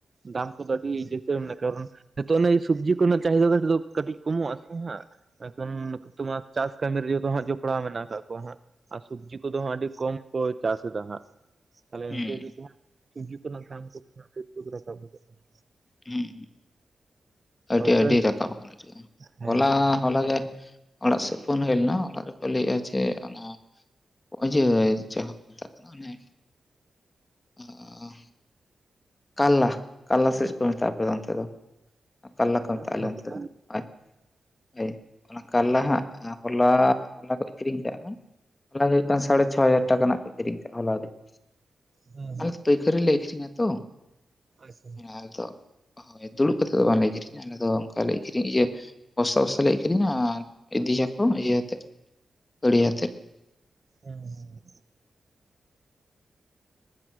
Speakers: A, on the right (about 30°); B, on the left (about 20°).
A: ᱫᱟᱢ ᱠᱚᱫᱚ ᱟᱹᱰᱤ ᱡᱛᱮ ᱠᱟᱨᱚᱱ, ᱛᱚ ᱚᱱᱟᱜ ᱥᱚᱵᱡᱤ ᱠᱚ ᱱᱟᱜ ᱪᱟᱦᱤᱫᱟ ᱫᱚ ᱱᱤᱛᱚᱜ ᱫᱚ, ᱠᱟᱹᱴᱤᱡ ᱠᱚᱢᱚᱜ ᱟᱥᱮ ᱦᱟᱸᱜ ᱮᱠᱷᱚᱱ ᱛᱳᱢᱟᱨ ᱪᱟᱥ ᱠᱟᱹᱢᱤ ᱨᱮ ᱡᱚᱛᱚ ᱦᱟᱸᱜ ᱡᱚᱯᱲᱟᱣ ᱢᱮᱱᱟᱜ ᱟᱠᱟᱜ ᱠᱚᱣᱟ ᱦᱟᱸᱜ ᱾ ᱟᱨ ᱥᱚᱵᱽᱡᱤ ᱠᱚᱫᱚ ᱦᱟᱸᱜ ᱟᱹᱰᱤ ᱠᱚᱢ ᱠᱚ ᱪᱟᱥ ᱮᱫᱟ ᱦᱟᱸᱜ ᱛᱟᱞᱦᱮ
B: ᱦᱩᱸ
A: ᱤᱱᱠᱟᱹ ᱜᱮᱪᱚᱝ ᱥᱩᱵᱡᱤ ᱠᱚ ᱨᱮᱱᱟᱜ ᱫᱟᱢ ᱠᱚ ᱛᱷᱚᱲᱟ <unintelligible> ᱨᱟᱠᱟᱵ ᱜᱚᱫᱚᱜ ᱠᱟᱱᱟ
B: ᱦᱮᱸ ᱟᱹᱰᱤ
A: ᱚᱱᱠᱟ
B: ᱟᱹᱰᱤ ᱨᱟᱠᱟᱵ ᱟᱠᱟᱱᱟ
A: ᱦᱮᱸ
B: ᱦᱚᱞᱟ ᱦᱚᱞᱟ ᱜᱮ, ᱚᱲᱟᱜ ᱥᱮᱫ ᱯᱷᱳᱱ ᱦᱳᱭ ᱞᱮᱱᱟ ᱚᱲᱟᱜ ᱨᱮᱠᱚ ᱞᱟᱹᱭᱮᱜᱼᱟ ᱡᱮ ᱚᱱᱟ, <unintelligible> ᱠᱟᱱᱟ ᱚ ᱠᱟᱞᱞᱟ ᱠᱟᱞᱞᱟ ᱥᱮ ᱠᱚ ᱢᱮᱛᱟᱜᱼᱟ ᱟᱯᱮ ᱚᱱᱛᱮ ᱫᱚ ᱾ ᱠᱟᱞᱞᱟ ᱠᱚ ᱢᱮᱛᱟᱜᱼᱟ
A: ᱠᱩᱸᱫᱽᱨᱤ
B: ᱟᱞᱮ ᱚᱱᱛᱮ
A: ᱦᱮᱸ
B: ᱫᱚ ᱦᱳᱭ ᱦᱳᱭ ᱚᱱᱟ, ᱠᱟᱞᱞᱟ ᱦᱟᱸᱜ ᱦᱚᱞᱟ ᱦᱚᱞᱟ ᱠᱚ ᱟᱹᱠᱷᱨᱤᱧ ᱠᱟᱜᱼᱟ ᱦᱚᱞᱟ ᱫᱚ ᱦᱩᱭᱩᱜ ᱠᱟᱱᱟ ᱥᱟᱲᱮ ᱪᱷᱚ ᱦᱟᱡᱟᱨ ᱴᱟᱠᱟ ᱨᱮᱱᱟᱜ ᱠᱚ ᱟᱠᱷᱨᱤᱧ ᱠᱟᱜᱼᱟ ᱦᱚᱞᱟᱜᱮ ᱾
A: ᱦᱮᱸ
B: ᱟᱞᱮ ᱯᱟᱹᱭᱠᱷᱟᱹᱨᱤ ᱞᱮ ᱟᱹᱠᱷᱨᱤᱧᱟ ᱛᱚ ᱾
A: ᱟᱪᱪᱷᱟ ᱾
B: ᱢᱟᱱᱮ ᱟᱞᱮ ᱫᱚ ᱦᱳᱭ ᱫᱩᱲᱩᱵ ᱠᱟᱛᱮᱫ ᱫᱚ ᱵᱟᱝᱞᱮ ᱟᱹᱠᱷᱨᱤᱧᱟ ᱟᱞᱮ ᱫᱚ ᱚᱱᱠᱟᱞᱮ ᱟᱹᱠᱷᱨᱤᱧ ᱤᱭᱟᱹ ᱵᱚᱥᱛᱟ ᱵᱚᱥᱛᱟ ᱞᱮ ᱟᱠᱷᱨᱤᱧᱟ ᱟᱨ ᱤᱫᱤᱭᱟᱠᱚ ᱤᱭᱟᱹᱛᱮᱫ ᱜᱟᱲᱤ ᱟᱛᱮᱫ ᱾
A: ᱦᱮᱸ ᱾